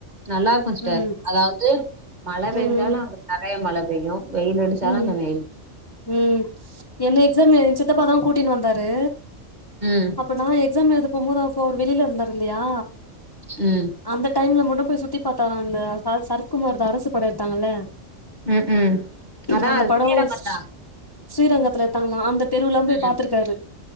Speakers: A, on the right; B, on the left.
A: நல்லா இருக்கு சிஸ்டர்
B: ம்
A: அதாவது மழை பெய்ஞ்சாலு
B: ம்
A: க நெறைய மழை பெய்யு வெயில் அடிச்சாலு
B: ம்
A: அங்க வெய்ல்
B: ம் என்ன எக்ஸாம் எங் சித்தப்பாதா கூட்டினு வந்தாரு
A: ம்
B: இப்ப நா எக்ஸாம் எழுத போம் போது அப்போ அவரு வெளியல இருந்தாரு இல்லையா
A: ம்
B: அந்த டைம்ல மட்டு போய் சுத்தி பாத்தாரா அந்த ச சரத்குமாருது அரசு பட எடுத்தாங்கல்ல
A: ம் ம் அதா
B: அந்த
A: அது
B: படம்
A: ஸ்ரீரங்கந்தா
B: ஸ் ஸ் ஸ்ரீரங்கத்துல எடுத்தாங்கலா அந்த தெருவுலா போய்
A: ம்
B: பாத்துருக்காரு